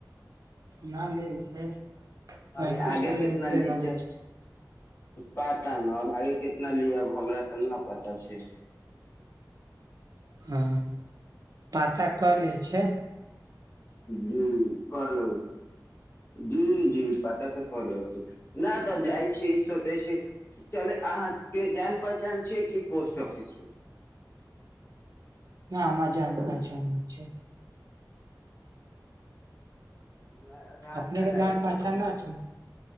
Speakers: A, on the right; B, on the left.
A: न लेल छै पैंतीस
B: अभी आगे
A: सौ
B: कितना
A: रुपआ
B: नीचे
A: लगै छै
B: पता न अब आगे कितना कितना लियब हमरा तऽना पता छै
A: ह पाता क लैछै
B: जी करलेबै जी जी पता तऽ करलै छी न तऽ जाइ छी सोचे छी चले अहाँ के जान पहचान छै कि पोस्ट ऑफिस मे
A: न हमरा जान पहचान न छै
B: हमरा आधार
A: अपने
B: कार्ड
A: के
B: आयल
A: जान
B: छै
A: पहचान
B: पोस्ट
A: ना
B: ऑफिस
A: छै